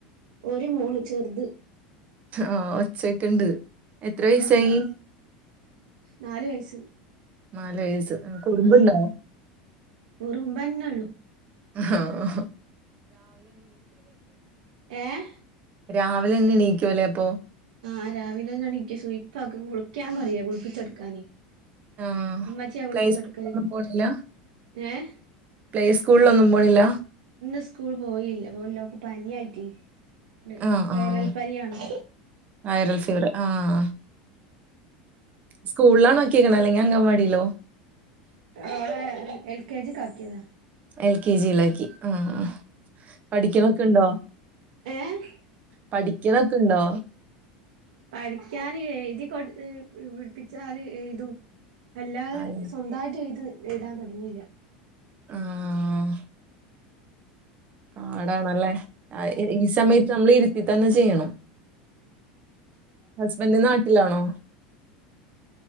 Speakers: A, on the right (about 80°); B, on the right (about 40°).
A: ഒരു മോള് ചെറ്ത്
B: ആഹ് ഒച്ചേക്ക്ണ്ട് എത്ര വയസായി?
A: ആഹ് നാല് വയസ്സ്
B: നാല് വയസ്സ് കുറുമ്പുണ്ടോ
A: ആഹ് കുറുമ്പെന്നൊള്ളൂ
B: ആഹ് ഹാ
A: ഏഹ്
B: രാവിലെന്നെ എണീക്കുലെ അപ്പൊ
A: ആഹ് രാവിലെന്നെ എണീക്കും സുയ്പ്പാക്കു കുളിക്കാൻ പറയാ കുളിപ്പിച്ചൊടുക്കാന്
B: ആഹ്
A: ഇമ്മച്ച്യാ കുളിപ്പിച്ചോട്ക്കല്
B: പ്ലേ സ്കൂളിലൊന്നും പോണില്ല
A: ഏഹ്
B: പ്ലേ സ്കൂള്ലൊന്നും പോണില്ല
A: ഇന്ന് സ്കൂൾ പോയില്ല പോയില്ല ഓക്ക് പന്യായിറ്റെ ത്
B: ആഹ്
A: വൈറൽ
B: ആഹ്
A: പനിയാണ്
B: വൈറൽ ഫീവറ് ആഹ് സ്കൂള്ലാണോ ആക്കീക്ക്ണെ അല്ലെങ്കി അങ്ങൻവാടീലോ
A: ഓളെ ഉം എൽകെജിക്കാക്കിയതാ
B: എൽ കെ ജിയിലാക്കി ആഹ്
A: ഉം
B: പഠിക്കണൊക്കെണ്ടോ
A: ഏഹ്
B: പഠിക്കണൊക്കെണ്ടോ?
A: പഠിക്കാന് എഴ്തി കൊട് ഏ പ് പിടിപ്പിച്ചാല് എഴുതും അല്ലാതെ
B: അതെ
A: സ്വന്തായിട്ട് എഴ്ത് എഴ്താൻ തൊടങ്ങീല്ല
B: ആഹ് പാടാണല്ലേ എ ഈ സമയത്ത് നമ്മള് ഇരുത്തി തന്നെ ചെയ്യണം ഹസ്ബൻ്റ് നാട്ട്ലാണോ?